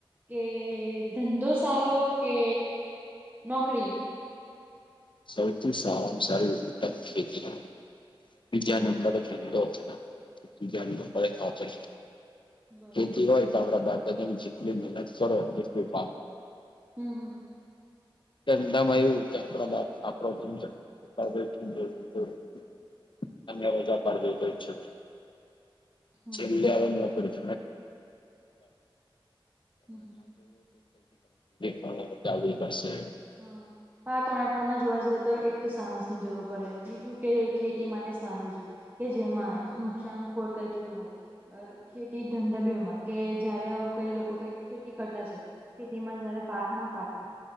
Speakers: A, on the right; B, on the left.
A: કે ધંધો સારો કે નોકરી
B: સૌથી સારામા સારી ઉ ખેતી બીજા નંબરે ધન્ધો તીજા વિજ્યા નંબરે નોકરી
A: બરાબર
B: ખેતી હોય તો આપણા બાપ દાદાની જેટલી મહેનત કરો એટલી
A: હમ્મ હમ્મ
B: ચંદામાં એવું આપણા બા <unintelligible> અને રજા પાડવી હોય છે
A: હમ
B: છેલ્લે
A: હમ
B: હવે નોકરી
A: હમ
B: <unintelligible> <unintelligible> આવવી પડશે
A: હા તો આ ત્રણે ટ્રમાં જોવા જઈએ તો એક તો સાહસ ની જરૂર પડે બીજું કે ખેતી માટે સાહસ જો કે જેમાં નુકસાન ખોરકઈ થયું હોય અ ખેતી ધંધા બેમાં કે જયારે આવું કઈ લોકો કઈ ખેતી કરતા છે ખેતી માં જયારે પાક ના પાકે